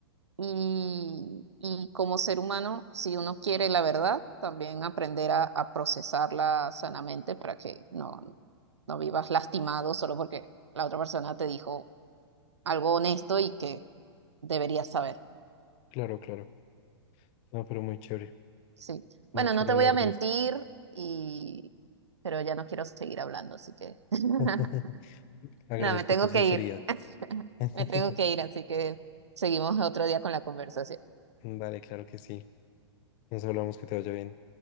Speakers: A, on the right; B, on the left.
A: Y, y como ser humano, si uno quiere la verdad, también aprender a, a procesarla sanamente para que no, no vivas lastimado solo porque la otra persona te dijo algo honesto y que deberías saber.
B: Claro, claro. No, pero muy chévere,
A: Sí.
B: muy
A: Bueno,
B: chévere
A: no te
B: hablar
A: voy a mentir,
B: de esto.
A: y... pero ya no quiero seguir hablando, así que <laughs>
B: <laughs> Agradezco
A: no, me tengo
B: tu sinceridad.
A: que ir,
B: <laughs>
A: me tengo que ir, así que seguimos otro día con la conversación.
B: Vale, claro que sí. Nos hablamos, que te vaya bien.